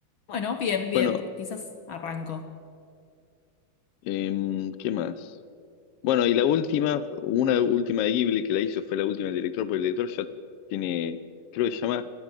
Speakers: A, on the left; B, on the left.
A: Bueno, bien, bien.
B: Bueno,
A: Quizás arranco.
B: em, ¿qué más? Bueno, y la última, una última de Ghibli que la hizo fue la última del director, porque el director ya tiene, creo que se llama